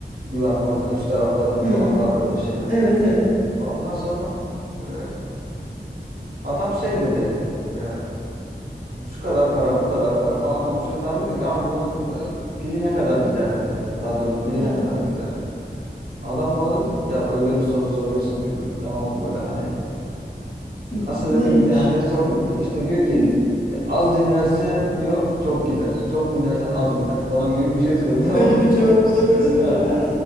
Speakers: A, on the right; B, on the left.
A: Güven Park'ın üst taraflarında
B: Hmm.
A: falan var öyle şeyler.
B: Evet evet.
A: Ondan sonra e, adam şey dedi. e, şu kadar para, bu kadar para falan konuşuyoruz. Ben dedim ki abi bunun e, pili ne kadar gider dedim. Radyonun pili
B: Hmm.
A: ne kadar gider? Adam bana dedi ki ya öyle bir soru soruyorsun ki dedi. Tamam böyle hani nasıl
B: N- Neymiş?
A: dedim ki ne, yani ne sordum ki? İşte diyor ki
B: <laughs>
A: "E, az dinlersen diyor çok gider. Çok dinlersen az gider falan gibi bir şey söyledi <laughs> tamam
B: Böyle bir cevap
A: mı?
B: olabilir mi
A: Ha.
B: ya?